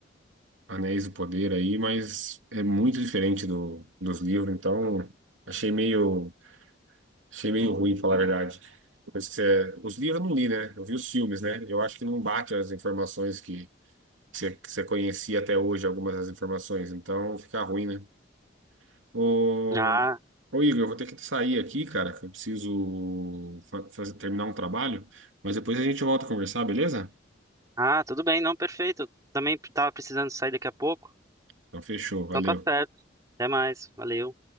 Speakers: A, on the right (about 85°); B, on the right (about 20°).
A: Anéis do Poder aí, mas é muito diferente do, dos livros, então achei meio, achei meio ruim, falar a verdade. Pois que você- os livros eu não li, né? Eu vi os filmes, né? Eu acho que não bate as informações que, que você, que você conhecia até hoje, algumas das informações, então fica ruim, né? Ô,
B: Ah,
A: ô Igor, eu vou ter que sair aqui, cara, que eu preciso fa- fazer- terminar um trabalho, mas depois a gente volta a conversar, beleza?
B: ah, tudo bem, não, perfeito. Também tava precisando sair daqui a pouco.
A: Então, fechou, valeu.
B: Então tá certo. Até mais. Valeu.